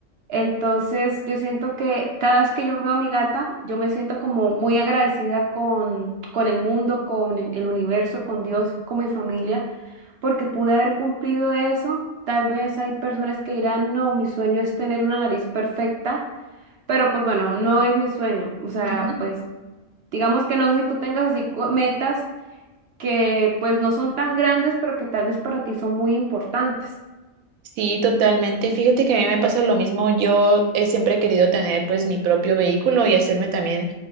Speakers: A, on the right; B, on the right.
A: Entonces yo siento que cada vez que yo veo a mi gata, yo me siento como muy agradecida con, con el mundo, con el el universo, con Dios, con mi familia, porque pude haber cumplido eso. Tal vez hay personas que dirán, no, mi sueño es tener una nariz perfecta pero pues bueno, no es mi sueño. O sea,
B: Ujú.
A: pues digamos que no sé si tú tengas así co- metas que pues no son tan grandes, pero que tal vez para ti son muy importantes.
B: Sí, totalmente. Fíjate que a mí me pasa lo mismo. Yo he siempre he querido tener pues mi propio vehículo y hacerme también